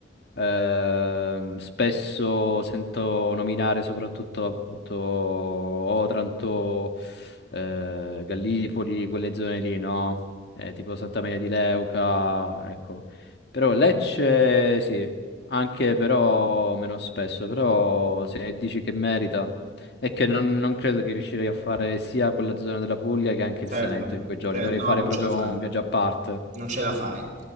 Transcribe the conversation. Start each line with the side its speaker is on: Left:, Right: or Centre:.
Left: ehm, spesso sento nominare soprattutto appunto Otranto, eh, Gallipoli, quelle zone lì, no? Eh, tipo Santa Maria di Leuca, ecco. Però Lecce sì, anche però meno spesso, però se dici che merita, è che non, non credo che riuscirei a fare sia quella zona della Puglia che anche
Right: Certo,
Left: il Salento in quei giorni.
Right: cioè,
Left: Dovrei
Right: no,
Left: fare
Right: non
Left: proprio
Right: ce la fai.
Left: un viaggio a parte.
Right: Non ce la fai.